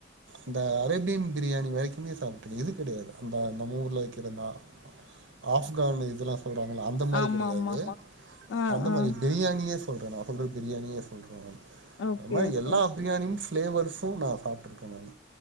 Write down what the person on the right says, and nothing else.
அந்த அரேபியன் பிரியாணி வரைக்குமே சாப்ட்டுக்க இது கடையாது அந்த நம்மூர்ல விக்கிற அந்த ஆ ஆஃப்கான் இதுலா சொல்றாங்கல்ல அந்த மாரி
கடையாது
அந்த
மாரி பிரியாணியே சொல்ற நா சொல்ற பிரியாணியே சொல்ற
அத மாதிரி
எல்லா
அ பிரியாணியும் பிளேவர்ஸ் சூனா சாப்பிட்டுருக்கணும்